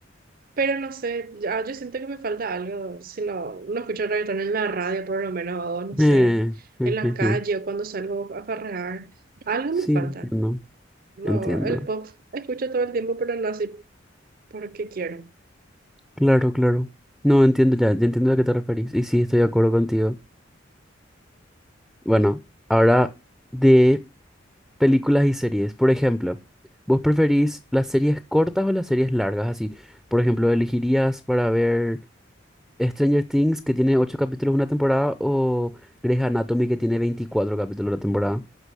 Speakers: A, on the right (about 50°); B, in the centre.
A: Pero no sé, ya, yo siento que me falta algo, si no, no escucho reggaetón en la radio, por lo menos, o no sé,
B: Eh, eh,
A: en la
B: eh,
A: calle
B: eh.
A: o cuando salgo a farrear, algo
B: Sí,
A: me falta.
B: entiendo,
A: No,
B: entiendo.
A: el pop escucho todo el tiempo, pero no así porque quiero.
B: Claro, claro. No, entiendo ya, ya entiendo a qué te referís. Y sí, estoy de acuerdo contigo. Bueno, ahora de películas y series. Por ejemplo, ¿vos preferís las series cortas o las series largas? Así, por ejemplo, ¿elegirías para ver Stranger Things, que tiene 8 capítulos una temporada, o Grey's Anatomy, que tiene 24 capítulos una temporada?